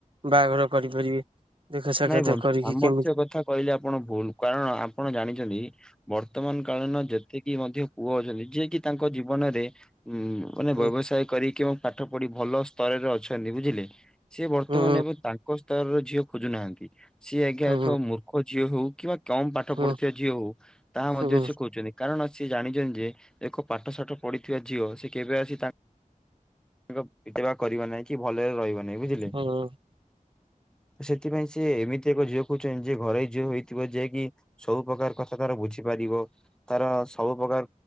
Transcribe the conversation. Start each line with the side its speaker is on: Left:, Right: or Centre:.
Right: ବାହାଘର କରିପାରିବେ। ଦେଖା ସାକ୍ଷାତ
Centre: ନାଇଁ ବନ୍ଧୁ
Right: କରିକି
Centre: ସାମର୍ଥ୍ୟ
Right: କେମିତି
Centre: କଥା କହିଲେ ଆପଣ ଭୁଲ୍ କାରଣ ଆପଣ ଜାଣିଛନ୍ତି ବର୍ତ୍ତମାନ୍ କାଳ କାରଣ ଯେତିକି ମଧ୍ୟ ପୁଅ ଅଛନ୍ତି ଯିଏକି ତାଙ୍କ ଜୀବନରେ ହୁଁ ମାନେ
Right: ହୁଁ
Centre: ବ୍ୟବସାୟ କରି କେଉଁ ପାଠ ପଢ଼ି ଭଲ ସ୍ତରରେ ଅଛନ୍ତି ବୁଝିଲେ? ସେ ବର୍ତ୍ତମାନ
Right: ହୁଁ
Centre: ଏବେ ତାଙ୍କ ସ୍ତରର ଝିଅ ଖୋଜୁନାହାନ୍ତି ସିଏ ଆଜ୍ଞା
Right: ହୁଁ
Centre: ଏକ ମୂର୍ଖ ଝିଅ ହଉ କିମ୍ବା କମ୍ ପାଠ
Right: ହୁଁ
Centre: ପଢୁଥିବା ଝିଅ ହଉ ତାହା ମଧ୍ୟ
Right: ହୁଁ
Centre: ସେ ଖୋଜୁଚନ୍ତି। କାରଣ ସେ ଜାଣିଚନ୍ତି ଯେ ଏକ ପାଠ ସାଠ ପଢ଼ିଥିବା ଝିଅ ସେ କେବେ ଆସି ତା ବିତେବା କରିବା ନାଇଁ କି ଭଲରେ ରହିବା ନାଇଁ ବୁଝିଲେ
Right: ହୁଁ
Centre: ସେଥିପାଇଁ ସେ ସିଏ ଏମିତି ଏକ ଝିଅ ଖୋଜୁଚନ୍ତି ଯିଏ ଘରୋଇ ଝିଅ ହେଇଥିବ ଜେକିି ସବୁ ପ୍ରକାର କଥା ତାର ବୁଝିପାରିବ। ତାର ସବୁ ପ୍ରକାର